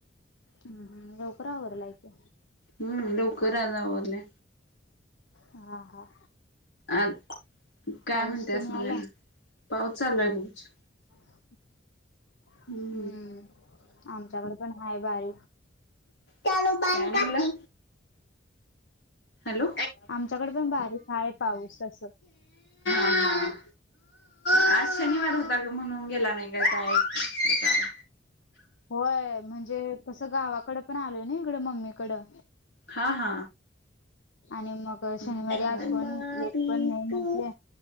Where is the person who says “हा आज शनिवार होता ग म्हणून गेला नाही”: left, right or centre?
Left